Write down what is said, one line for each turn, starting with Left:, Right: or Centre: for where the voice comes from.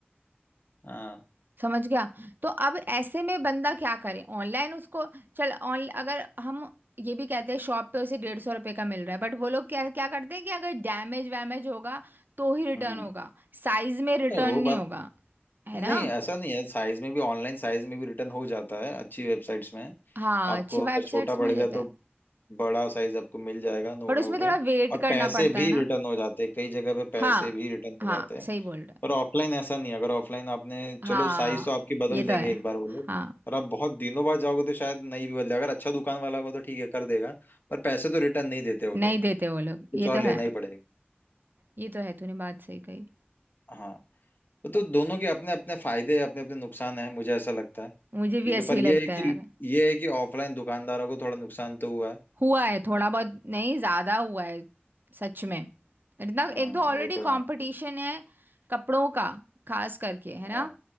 Left: हाँ
Right: समझ गया तो अब ऐसे में बंदा क्या करे ऑनलाइन उसको चल ऑन अगर हम ये भी कहते हैं शॉप पे उसे डेढ़ सौ रुपये का मिल रहा है बट वो लोग क्या क्या करते हैं कि अगर डैमेज वैमेज होगा तो ही रिटर्न
Left: हम्म
Right: होगा साइज में रिटर्न
Left: नहीं, वो
Right: नहीं
Left: बात
Right: होगा है
Left: नहीं
Right: ना
Left: ऐसा नहीं है साइज में भी ऑनलाइन साइज में भी रिटर्न हो जाता है अच्छी वेबसाइट्स में
Right: हाँ
Left: आपको
Right: अच्छी वेबसाइट्स
Left: अगर छोटा पड़ेगा
Right: में हो जाता
Left: तो
Right: है
Left: बड़ा साइज आपको मिल जाएगा नो
Right: बट
Left: डाउट
Right: उसमें थोड़ा
Left: है
Right: वेट
Left: और
Right: करना
Left: पैसे
Right: पड़ता
Left: भी
Right: है ना
Left: रिटर्न हो जाते हैं कई जगह पे पैसे
Right: हाँ
Left: भी रिटर्न हो
Right: हाँ
Left: जाते हैं
Right: सही बोल रहे हैं।
Left: पर ऑफलाइन ऐसा नहीं है। अगर ऑफलाइन आपने
Right: हाँ
Left: चलो साइज तो आपकी बदल
Right: ये तो
Left: देंगे
Right: है
Left: एक बार वो
Right: हाँ
Left: लोग पर आप बहुत दिनों बाद जाओगे तो शायद नहीं भी बदले अगर अच्छा दुकान वाला होगा तो ठीक है कर देगा पर पैसे तो रिटर्न नहीं देते वो लोग
Right: नहीं देते वो लोग
Left: कुछ
Right: ये
Left: और
Right: तो
Left: लेना
Right: है
Left: ही पड़ेगा
Right: ये तो है तूने बात सही कही
Left: हाँ वो तो दोनों के अपने अपने फायदे हैं अपने अपने नुकसान हैं मुझे ऐसा लगता है
Right: मुझे भी
Left: ठीक
Right: ऐसे
Left: है पर
Right: ही
Left: ये
Right: लगता
Left: है कि
Right: है यार
Left: ये है कि ऑफलाइन दुकानदारों को थोड़ा नुकसान तो हुआ है
Right: हुआ है थोड़ा बहुत नहीं ज्यादा हुआ है सच में इतना
Left: हम्म
Right: एक तो ऑलरेडी
Left: वो तो
Right: कंपटीशन
Left: है
Right: है कपड़ों का खास करके है ना
Left: हाँ